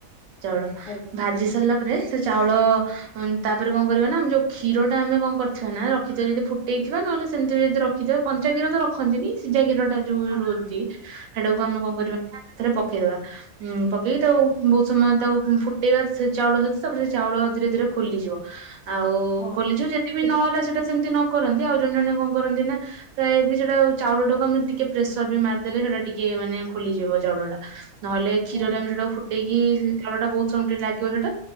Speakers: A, on the right; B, on the left.
A: ଚାଉଳ
B: ହୁଁ ଆଜ୍ଞା
A: ଭାଜି ସାରିଲା ପରେ। ସେ ଚାଉଳ ଉଁ ତା ତାପରେ କଣ କରିବା ନା ଆମେ ଯଉ କ୍ଷୀର ଟା ଆମେ କଣ କରିଥିବା ନା ରଖିଥିବା ଯଦି ଫୁଟେଇ ଥିବା ନହେଲେ ସେମତି ବି ଯଦି ର ଖିଥିବା କଞ୍ଚା କ୍ଷୀର ତ ରଖନ୍ତିନି, ସିଜା କ୍ଷୀର ଟା ଯୋଉ
B: ହଁ
A: ରୁହନ୍ତି, ସେଟାକୁ ଆମେ କଣ କରିବା ନା ସେଥେରେ ପକେଇଦବା। ହୁଁ ପକେଇ ତାକୁ ବହୁତ ସମୟ ତାକୁ ଫୁଟେଇବା ସେ ଚାଉଳ ଯେହେତୁ ତାପରେ ସେ ଚାଉଳ ଧୀରେ ଧୀରେ ଖୋଲିଯିବ। ଆଉ
B: ହଁ ହଁ
A: ଖୋଲିଯିବ ଯଦି ବିି
B: ହୁଁ
A: ନହେଲା ସେଇଟା ସେମିତି ନ କରନ୍ତି ଆଉ ଜଣେ ଜଣେ କଣ କରନ୍ତି ନା। ପ୍ରାୟ ଏବେ ସେଇଟା ଆଉ ଚାଉଳଟାକୁ ଆମେ ଟିକେ ପ୍ରେସର ବି ମାରିଦେଲେ ସେଟା ଟିକେ ମାନେ ଖୋଲିଯିବ ଚାଉଳ ଟା। ନହେଲେ କ୍ଷୀରରେ
B: ହୁଁ
A: ଆମେ ସେଟା ଫୁଟେଇକି ସେ ଚାଉଳ ଟା ବହୁତ ସମୟ ଟିକେ ଲାଗିବ ସେଇଟା।